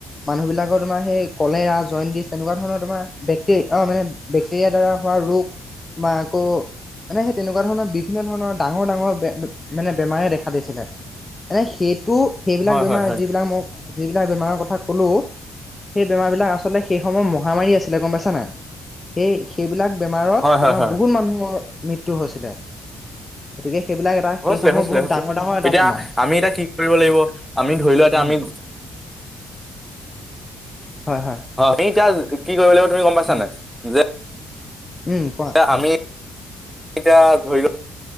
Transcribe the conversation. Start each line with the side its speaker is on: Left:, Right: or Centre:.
Left: মানুহবিলাকৰ তোমাৰ সেই কলেৰা, জণ্ডিছ, তেনেকোৱা ধৰণৰ তোমাৰ বেক্টে অ মানে বেক্টেৰিয়াৰ দ্বাৰা হয় বা ৰোগ ম আকৌ মানে সেই তেনেকোৱা ধৰণৰ বিভিন্ন ধৰণৰ ডাঙৰ ডাঙৰে মানে বেমাৰে দেখা দিছিলে, এনেই সেইটো সেইবিলাক
Centre: হয়
Left: বেমাৰ
Centre: হয় হয়
Left: যিবিলাক মই যিবিলাক বেমাৰৰ কথা ক'লো। সেই বেমাৰ বিলাক আচলতে সেই সময়ত মহামাৰী আছিলে গম পাইছা নাই সেই সেই বিলাক বেমাৰত
Centre: হয়
Left: তোমাৰ
Centre: হয় হয়
Left: বহুত মানুহৰ মৃত্যু হৈছিলে, গতিকে সেইবিলাক এটা সেই
Centre: হৈছিলে,
Left: সময়ত
Centre: হৈছিলে,
Left: বহুত
Centre: হৈছিলে,
Left: ডাঙৰ ডাঙৰ এটা
Centre: এতিয়া
Left: বেমাৰ
Centre: আমি এতিয়া কি কৰিব লাগিব আমি ধৰি লোৱা এতিয়া
Left: উম।
Centre: আমি <inaudible>
Left: হয় হয়
Centre: অ তুমি এতিয়া কি কৰিব লাগিব তুমি গম পাইছা
Left: উম
Centre: নাই যে
Left: উম! কোৱা
Centre: আমি এতিয়া ধৰি লও